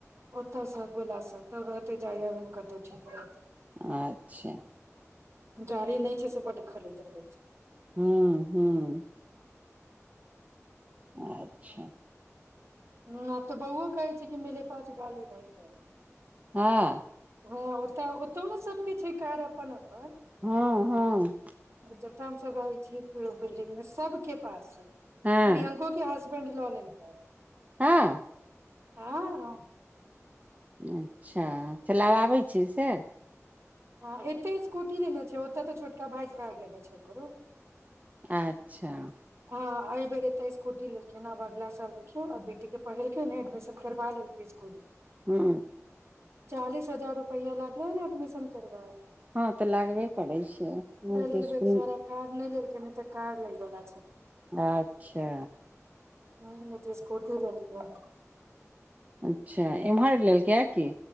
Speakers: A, on the right; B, on the right.
A: ओतऽसँ गोला सँ तब रहते जाई आबै मे कतहु ठीक रहतै
B: अच्छा
A: गाड़ी नहि छै से बड्ड खलैत रहै या
B: हूँ हूँ अच्छा
A: हँ तऽ बौओ कहै छै कि मले पास गाड़ी <unintelligible>
B: हँ
A: हूँ ओतऽ ओतौ न सब रखै छै कार अपन अपन
B: हँ हँ
A: जतह हम सब रहै छियै बिल्डिंग मे सबके पास छै प्रियंको
B: हँ
A: के हास- -बैंड लऽ लैय कैय
B: हँ
A: हँ
B: अच्छा चला बऽ आबै छै से
A: हँ एतय स्कूटी लेने छै ओतय तऽ छोटका भाइ कार लेने छै एकरो
B: अच्छा
A: हँ एहि बेर एते स्कूटी लेलकै आब अगला साल देखियो न आब बेटी के पढ़ेलकै ने एडमिशन करबा लेलकै स्कुल मे
B: हूँ
A: चालीस हजार रुपैया लागल ने एडमिशन करबामे
B: हँ तऽ लागबे करै छै
A: ताहि
B: नीक
A: लेल बेचारा
B: स्कूल
A: कार नहि लेलकै नहि तऽ कार लै वला छथि
B: अच्छा
A: हूँ जे स्कूटी लेलकै या
B: अच्छा एम्हर लेलकै या की